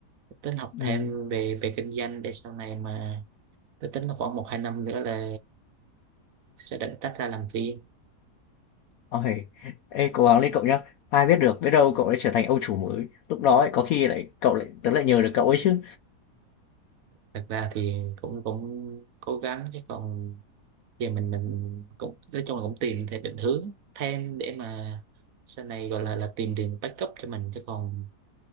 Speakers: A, on the right (about 65°); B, on the left (about 70°).
A: tính học
B: ừm,
A: thêm về về kinh doanh để sau này mà tôi tính là khoảng một hai năm nữa là sẽ định tách ra làm riêng
B: uầy. Ê, cố gắng lên cậu nhá. Ai biết được, biết đâu cậu lại trở thành ông chủ mới. Lúc đó ấy, có khi lại cậu lại tớ lại nhờ được cậu ấy chứ.
A: thật ra thì cũng cũng cố gắng chứ còn giờ mình mình cũng nói chung là cũng tìm thêm định hướng thêm để mà sau này gọi là là tìm đường backup cho mình chứ còn